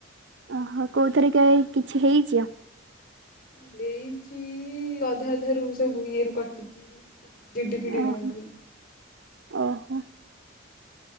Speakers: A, on the right; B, on the left.
A: ଓହୋ କୋଉଥରେ କାଇ କିଛି ହେଇଛ?
B: ଦେଇଛି ଅଧା ଅଧା ରୁ ସବୁ ଇଏ ରୁ କଟିଛି। ଡିଡ଼ିଫିଡ଼ି
A: ଓହୋ
B: ରାଉଣ୍ଡରେ।
A: ଓହୋ